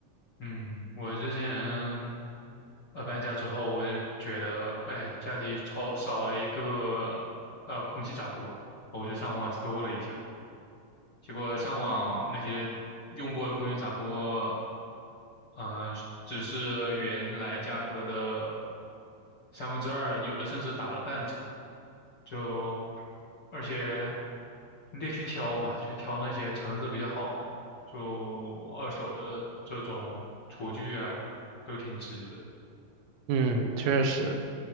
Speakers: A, on the left; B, on the right.
A: 嗯，我之前呃搬家之后，我就觉得，哎，家里超少了一个呃空气炸锅，我就上网搜了一下，结果上网那些用过的空气炸锅，呃，只是原来价格的三分之二，有的甚至打了半折。就而且你得去挑嘛，去挑那些成色比较好的，就二手的这种厨具啊，都挺值的。
B: 嗯，确实。